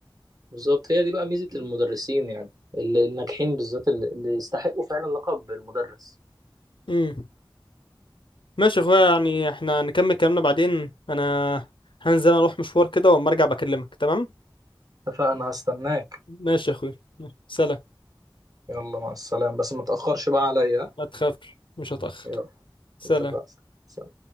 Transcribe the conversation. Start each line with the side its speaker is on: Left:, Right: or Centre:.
Right: بالظبط هي دي بقى ميزة المدرسين يعني ال- الناجحين بالذات اللي اللي يستحقوا فعلا لقب المدرس
Left: امم ماشي يا اخويا يعني احنا نكمل كلامنا بعدين انا هنزل اروح مشوار كده واما ارجع بكلمك تمام
Right: اتفقنا هستناك
Left: ماشي يا اخويا سلام
Right: يلا مع السلامة بس ما تأخرش بقى عليا
Left: ما تخافش مش هتأخر
Right: يلا
Left: سلام
Right: اتفقنا